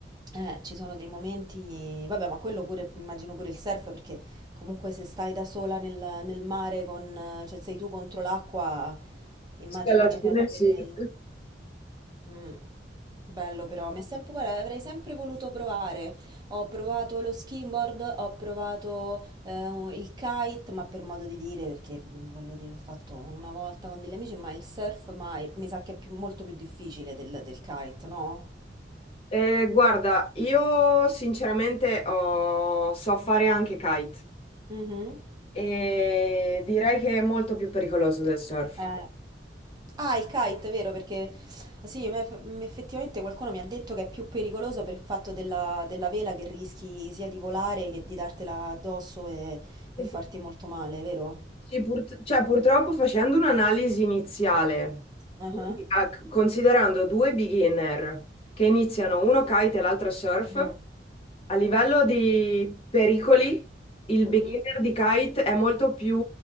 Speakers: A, on the right (about 25°); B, on the left (about 35°).
A: eh, ci sono dei momenti, vabbè, ma quello pure, immagino pure il surf, perché comunque se stai da sola nel, nel mare, con, cioè sei tu contro l'acqua, immagino
B: Sì, alla
A: che ci
B: fine
A: siano pure
B: sì.
A: dei...
B: <laughs>
A: Mm, Bello però, mi è sempre, guarda, avrei sempre voluto provare. Ho provato lo skimboard, ho provato eh, un- il kite, ma per modo di dire, perché mm, voglio dire, ho fatto una volta con degli amici, ma il surf mai, mi sa che è più- molto più difficile del, del kite, no?
B: Eh, guarda, io sinceramente ho- so fare anche kite
A: Mhm.
B: e direi che è molto più pericoloso del surf.
A: Eh. Ah, il kite, vero? Perché sì, ma eff- mm, effettivamente qualcuno mi ha detto che è più pericoloso per il fatto della, della vela che rischi sia di volare che di dartela addosso e, e
B: Sì.
A: farti molto male, vero?
B: Sì, pur- cioè, purtroppo facendo un'analisi iniziale,
A: Ah,
B: quindi,
A: ah.
B: ah, c- considerando due beginner che iniziano uno kite e l'altro surf,
A: Mm.
B: a livello di pericoli, il
A: mhm,
B: beginner di kite è molto più